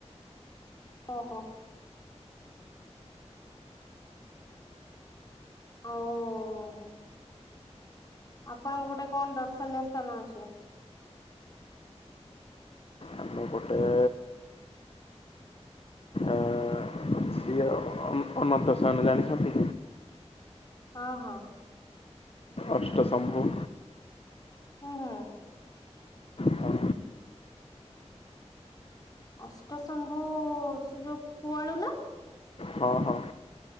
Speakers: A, on the left; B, on the left.
A: ଓହୋ। ଆଉ ଆପଣଙ୍କ ପଟେ କଣ ଦର୍ଶନୀୟ ସ୍ଥାନ ଅଛି?
B: ଆମ ପଟେ ଏ ଅଛି ଆଉ। ଅନ୍ ଅନନ୍ତ ଶୟନ ଜାଣିଛନ୍ତି?
A: ହଁ ହଁ।
B: ଅଷ୍ଟଶମ୍ଭୁ
A: ହୁଁ ହୁଁ।
B: ହଁ
A: ଅଷ୍ଟଶମ୍ଭୁ, ସେ ଯୋଉ କୁଆଳୁ ନା?
B: ହଁ ହଁ।